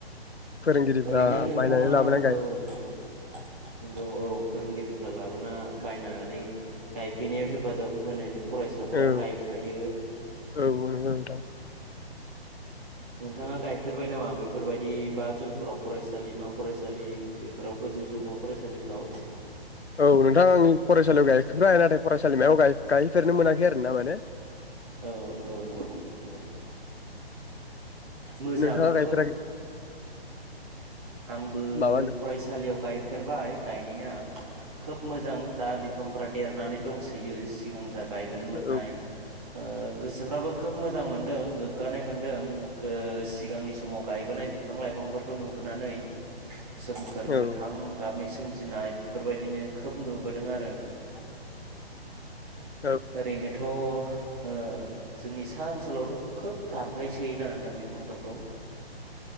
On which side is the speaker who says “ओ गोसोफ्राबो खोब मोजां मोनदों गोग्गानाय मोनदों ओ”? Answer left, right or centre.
Right